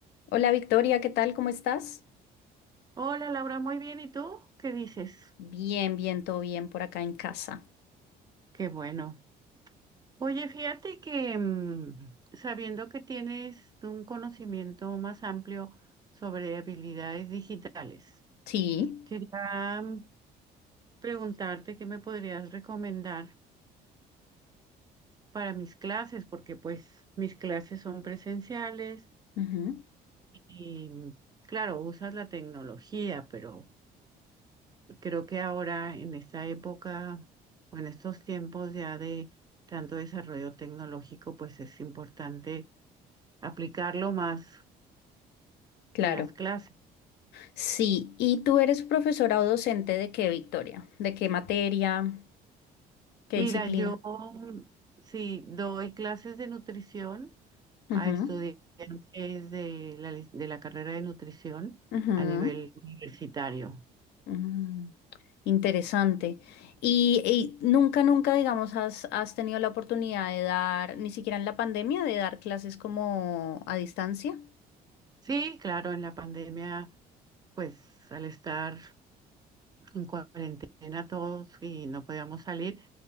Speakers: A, on the left; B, on the right.
A: Hola Victoria, ¿qué tal? ¿Cómo estás?
B: Hola Laura, muy bien. ¿Y tú? ¿Qué dices?
A: Bien, bien, todo bien por acá en casa.
B: Qué bueno. Oye, fíjate que mm, sabiendo que tienes un conocimiento más amplio sobre habilidades digitales,
A: Sí,
B: quería mm, preguntarte qué me podrías recomendar para mis clases, porque pues mis clases son presenciales
A: ujú,
B: y mm, claro, usas la tecnología, pero Creo que ahora, en esta época o en estos tiempos ya de tanto desarrollo tecnológico, pues es importante aplicarlo más
A: claro.
B: en las clases.
A: Sí, ¿y tú eres profesora o docente de qué, Victoria? ¿De qué materia? ¿Qué
B: Mira,
A: disciplina?
B: yo mm, sí doy clases de nutrición
A: Ujú,
B: a estudiantes de la, lic- de la carrera de nutrición
A: ujú,
B: a nivel universitario.
A: mm, Interesante. Y, y nunca, nunca, digamos, has, has tenido la oportunidad de dar, ni siquiera en la pandemia, de dar clases como a distancia?
B: Sí, claro, en la pandemia, pues al estar en cuarentena todos y no podíamos salir,